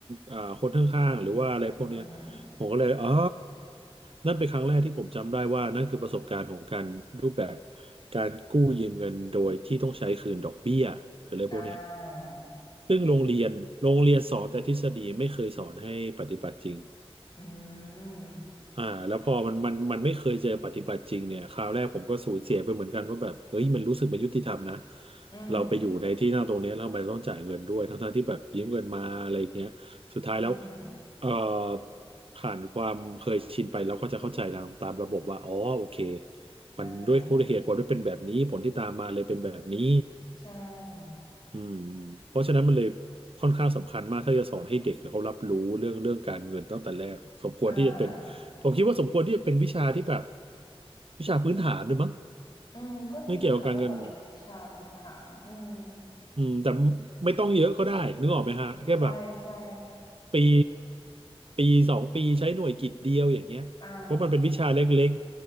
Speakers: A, on the right (about 65°); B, on the left (about 50°).
A: อ่าคนข้างๆหรือว่าอะไรพวกเนี้ย
B: อืม
A: ผมก็เลยอ๋อนั่นเป็นครั้งแรกที่ผมจำได้ว่านั่นคือประสบการณ์ของการรูปแบบการกู้ยืมเงินโดยที่ต้องใช้คืนดอกเบี้ยหรืออะไรพวกเนี้ย
B: อ่า
A: ซึ่งโรงเรียนโรงเรียนสอนแต่ทฤษฎีไม่เคยสอนให้ปฏิบัติจริง
B: อืม
A: อ่าแล้วพอมันมันมันไม่เคยเจอปฏิบัติจริงเนี่ยคราวแรกผมก็สูญเสียไปเหมือนกันว่าแบบเอ้ยมันรู้สึกไม่ยุติธรรมนะ
B: อืม
A: เราไปอยู่ในที่นั่งตรงเนี้ยแล้วทำไมต้องจ่ายเงินด้วยทั้งๆที่แบบยืมเงินมาอะไรอย่างเงี้ยสุดท้ายแล้ว
B: อืม
A: เอ่อผ่านความเคยชินไปแล้วก็จะเข้าใจตามตามระบบว่าอ๋อโอเคมันด้วยคุณเหตุผลด้วยเป็นแบบนี้ผลที่ตามมาเลยเป็นแบบนี้
B: อ่า ใช่
A: อืมเพราะฉะนั้นมันเลยค่อนข้างสำคัญมากถ้าจะสอนให้เด็กแล้วเขารับรู้เรื่องเรื่องการเงินตั้งแต่แรกสมควรที่จะเป็น
B: อ่า
A: ผมคิดว่าสมควรที่จะเป็นวิชาที่แบบวิชาพื้นฐานด้วยมั้ง
B: อืมก็ดีค่ะถ้าเปิดเป็นวิชาพื้นฐานอืม
A: เรื่องเกี่ยวกับการเงินอืมแต่ไม่ต้องเยอะก็ได้นึกออกไหมฮะแค่แบบ
B: ใช่ ใช่
A: ปีปีสองปีใช้หน่วยกิตเดียวอย่างเงี้ยเพราะมันเป็นวิชาเล็ก
B: อ่า